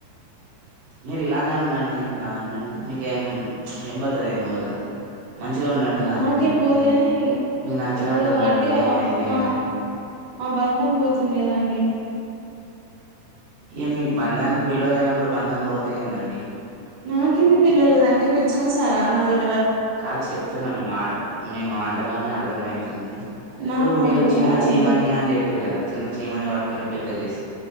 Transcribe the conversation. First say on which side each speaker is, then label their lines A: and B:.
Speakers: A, on the right; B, on the right.
A: మీరు ఇలానే ఉండండి ఇలా ఉండండి నీకేం ఏం పోతది ఏం పోదు కదా మంచిగా ఉండండి ఇలానే
B: నాకేం
A: మీకు
B: పోదు
A: మీ
B: కాని
A: మీకు నచ్చినట్టు
B: ఇప్పుడు
A: ఉండండి
B: అట్టిగా
A: ఎంజాయ్ చేయండి
B: మా మా బంధం పోతుంది కదండి
A: ఇ మీకు బంధానికి విలువ లేనప్పుడు బంధం పోతేందండి
B: నాకెందుకు విలువ లేదండి మీరు చూసారా నా విలు
A: కాదు చెప్తున్నాం మేము మాట మేము మాటలోనే అర్థం అయితుంది ఇప్పుడు
B: నా మాటలు
A: మీరు చిన్న
B: కాదండి
A: చి చీమని అని చెప్పిరు కదా చిన్న చీమని పట్టుకొని పె జ చేస్